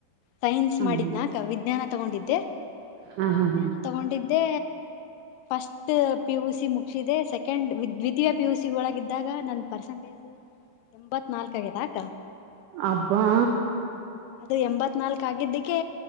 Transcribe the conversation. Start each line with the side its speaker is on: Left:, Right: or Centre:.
Left: ಸೈನ್ಸ್
Right: ಹ್ಮ್
Left: ಮಾಡಿದದ್ನೇ ಅಕ್ಕ ವಿಜ್ಞಾನ್ ವಿಜ್ಞಾನ ತಗೊಂಡಿದ್ದೆ
Right: ಹ ಹಾ
Left: ವಿಜ್ಞಾನ
Right: ಹ್ಮ
Left: ತಗೊಂಡಿದ್ ಫಸ್ಟ್ ಪಿಯುಸಿ ಮುಗಿಸಿದೆ. ಸೆಕೆಂಡ್ ದ್ವಿತೀಯ ಪಿಯುಸಿ ಪ್ ಯು ಸಿ ಒಳಗ ಇದಿದ್ದಾಗ ನನ್ ಪರ್ಸೆಂಟೇಜ್ ಎಂಬತ್ ನಾಲ್ಕ ಆಗೈತಾಕಾ
Right: ಅಬ್ಬಾ
Left: ಅದು ಎಂಬತ್ ನಾಲ್ಕ ಆಗಿದ್ದಿಕ್ಕೇ